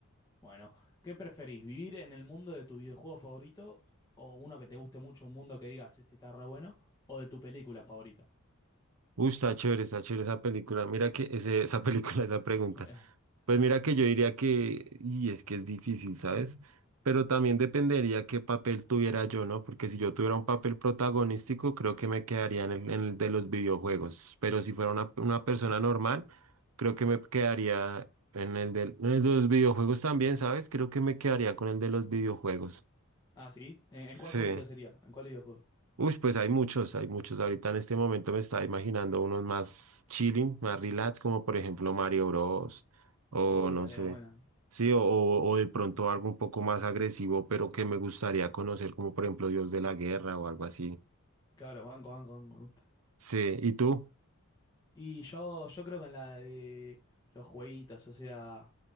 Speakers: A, on the left; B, on the right.
A: Bueno, ¿qué preferís? ¿Vivir en el mundo de tu videojuego favorito o uno que te guste mucho, un mundo que digas, este está re bueno, o de tu película favorita?
B: uy, está chévere, está chévere esa película. Mira que ese, esa película, <laughs> esa pregunta.
A: <laughs>
B: Pues mira que yo diría que, y es que es difícil, ¿sabes? Pero también dependería qué papel tuviera yo, ¿no? Porque si yo tuviera un papel protagonístico, creo que me quedaría en el, en el de los videojuegos. Pero si fuera una, una persona normal, creo que me quedaría en el del- en el de los videojuegos también, ¿sabes? Creo que me quedaría con el de los videojuegos.
A: Ah, ¿sí? ¿En,
B: Sí.
A: en cuál jueguito sería? ¿En cuál videojuego?
B: Uy, pues hay muchos, hay muchos. Ahorita en este momento me estaba imaginando unos más chilling, más relax, como por ejemplo Mario Bros. O
A: Uh,
B: no
A: tarea
B: sé.
A: buena.
B: Sí, o, o o de pronto algo un poco más agresivo, pero que me gustaría conocer, como por ejemplo Dios de la Guerra o algo así.
A: Claro, banco, banco, banco.
B: Sí, ¿y tú?
A: Y yo, yo creo que en la de los jueguitos, o sea,